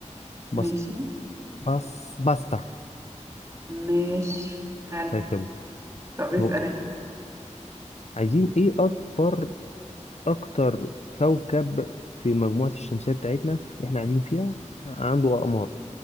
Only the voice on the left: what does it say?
بس
بس باستا
رخم
نقطة
عايزين ايه اكبر اكتر كوكب في مجموعة الشمسية بتاعتنا اللي احنا قاعدين فيها عنده اقمار